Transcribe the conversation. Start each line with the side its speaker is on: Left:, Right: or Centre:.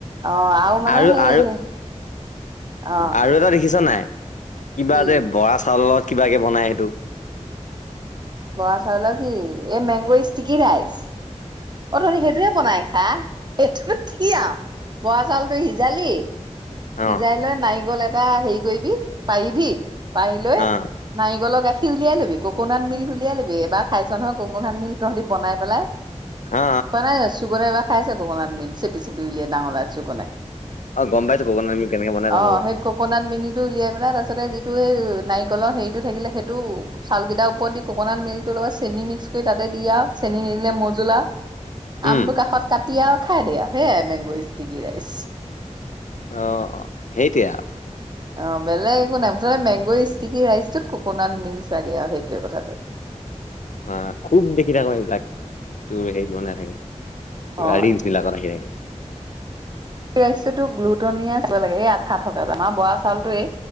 Right: অ মানে
Left: আৰু,
Right: সেই
Left: আৰু
Right: অ
Left: আৰু এটা দেখিছা নাই? কিবা
Right: কি
Left: যে বৰা চাউলত কিবাকে বনাই সেইটো?
Right: বৰা চাউলৰ কি, এই মেংগৰ ষ্টিকি ৰাইচ? অ <unintelligible> সেইটোয়ে বনাই খা। এইটো কি আৰু বৰা চাউলটো সিজালি সিজাই
Left: অ
Right: লৈ নাৰিকল এটা হেৰি কৰিবি, পাৰিবি পাৰি লৈ
Left: অ
Right: নাৰিকলক গাখি উলিয়াই লবি, কক'নাট মিলক উলিয়াই ল'বি, এবাৰ খাইছ নহয় কক'নাট মিল তহঁতি বনাই পেলাই
Left: অ অ
Right: পোৱা নাই <unintelligible> খাইছে ককণত মিল্ক চেপি চেপি উলিয়াই। <inaudible>
Left: অ গম পাইছো ককনাট মিল্ক কেনেকে বনাই জানো
Right: অ
Left: বাৰু
Right: সেই ককনাট, টো উলিয়াই পেলাই, তাৰিছতে যিটো সেই নাৰিকলৰ হেৰিটো থাকিলে সেইটো চাউকেইটাৰ ওপৰত দি ককনাট মিলটো ত চেনি মিক্স কৰি তাতে দিয়া, চেনি নিদিলে মজলা আমটো
Left: উম
Right: কাষত কাটি আৰু খাই দে আৰু, সেয়াই মেংগ স্তিকি ৰাইচ।
Left: অ সেইটোৱে আৰু।
Right: অ বেলেগ একো নাই মুতে মেংগ ষ্টিকি ৰাইচটোত ককোনাট মিক্স লাগে আৰু সেইটোৱে কথাটো <unintelligible>
Left: অ খুব দেখি থাকো এইবিলাক, তোৰ হেইৰিত মন থাকে
Right: অ
Left: ৰিলছ বিলাকত আহি থাকে।
Right: স ৰাইচ গ্লুটনিয় থাকিব লাগে। সেই আঠা থকা। আমাৰ বৰা চাউ টোৱেই,